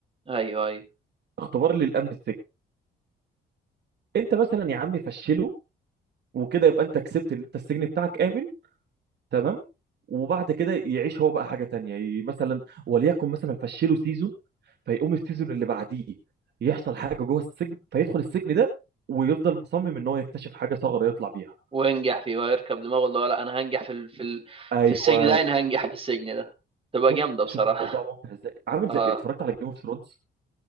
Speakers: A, on the right (about 30°); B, on the right (about 60°).
A: ايوه ايوه
B: اختبار للامن السجن انت مثلا يا عم فشله وكده يبقى انت كسبت ان انت السجن بتاعك امن تمام وبعد كده يعيش هو بقى حاجه تانية ي- مثلا وليكن مثلا فشله سيزون فيقوم السيزون اللي بعديه يحصل حاجه جوه السجن فيدخل السجن ده ويفضل مصمم ان هو يكتشف حاجه ثغره يطلع بيها
A: وينجح فيه ويركب دماغه اللي هو لا انا هنجح في ال... في ال...
B: ايوه
A: في السجن ده انا هنجح في السجن ده تبقى
B: شوف
A: جامدة بصراحة
B: شوف الموضوع ممتع ازاي
A: <laughs>
B: عامل
A: اه
B: زي اتفرجت على جيم اوف ثرونز